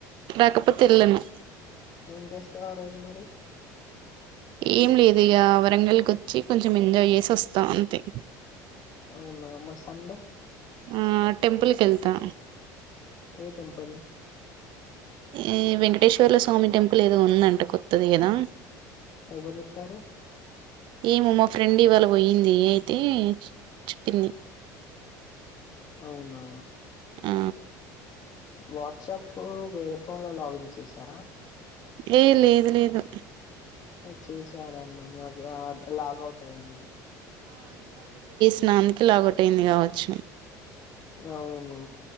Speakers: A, on the right; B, on the left.
A: రాకపోతే ఎల్లను
B: ఏం చేస్తావు ఆ రోజు మరి
A: ఏం లేదు ఇక వరంగల్కి వచ్చి కొంచెం ఎంజాయ్ చేసి వస్తాం అంతే
B: అవునా మరి సండే
A: ఆ టెంపుల్ కి వెళ్తా
B: ఏ టెంపల్
A: ఈ వెంకటేశ్వర్ల స్వామి టెంపుల్ ఏదో ఉందంట కొత్తది కదా
B: ఎవరు చెప్పారు
A: ఏమో మా ఫ్రెండ్ ఇవాళ పోయింది అయితే చెప్పింది
B: అవునా
A: ఆ
B: వాట్సాప్ వేరే ఫోన్ లో లాగిన్ చేసారా
A: ఏ లేదు లేదు
B: చేశారన్న నా నాకు లాగవుట్ అయింది
A: స్నానికి లాగొటయింది కావచ్చు
B: అవును